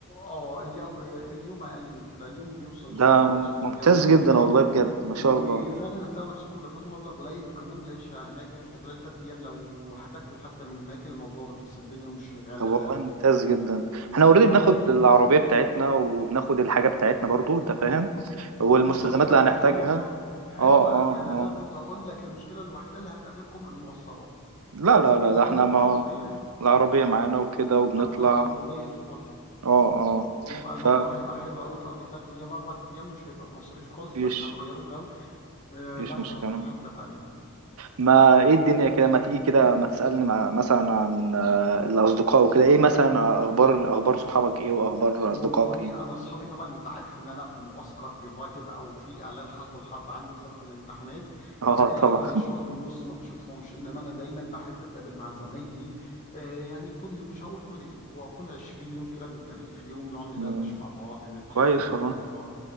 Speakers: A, on the left; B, on the right.
A: اه اليوم اليوم اقل من كده اليوم بيوصل ل 700
B: ده مم-
A: 750
B: ممتاز جدا والله بجد ما شاء
A: وفعلا
B: الله
A: هتلاقوا نفسكم دفعتوا مبلغ قليل وكمان العيشه هناك خلال ثلاث ايام لو هتاكلوا حتى من هناك الموضوع رخيص الدنيا مش غاليه
B: طب والله
A: قوي
B: ممتاز جدا احنا اوريدي
A: يعني
B: بناخد العربيه بتاعتنا وبناخد الحاجه بتاعتنا برضو انت فاهم والمستلزمات
A: طب خلاص يبقى
B: اللي
A: انت
B: هنحتاجها
A: كمان وفرت حلو
B: اه
A: قوي
B: اه
A: لان
B: اه
A: انا كنت هقول لك المشكله الوحيده اللي هتقابلكم المواصلات
B: لا لا لا ده
A: فطالما
B: احنا ما
A: بالعربيه
B: هو العربيه معانا وكده وبنطلع
A: طب خلاص يبقى زي الفل
B: اه اه
A: يبقى الموضوع
B: ف
A: هيبقى حلو قوي تقضي ثلاث ايام اربع ايام مش هيبقى مصاريف خالص بس
B: مفيش
A: هتغيروا جو آه،
B: مفيش
A: مرسى
B: مشكله
A: مطروح حته تانيه
B: ما ايه الدنيا كده ما تيجي كده ما تسألني مع مثلا عن آه، الأصدقاء وكده ايه مثلا أخبار أخبار صحابك ايه وأخبار أصدقائك
A: والله
B: ايه
A: انا اصحابي طبعا انت عارف ان انا في معسكر دلوقتي بقى وفي اعلان حاله الحرب عندي بسبب الامتحانات فبقى
B: اه طبعا
A: لي حوالي شهر ونص ما بشوفهمش انما انا دايما بحب اتقابل مع زمايلي آه يعني كل مش هقول كل اسبوع كل 20 يوم كده بنتقابل في يوم نقعد ندردش
B: مم،
A: مع بعض نضحك
B: كويس
A: نهزر
B: والله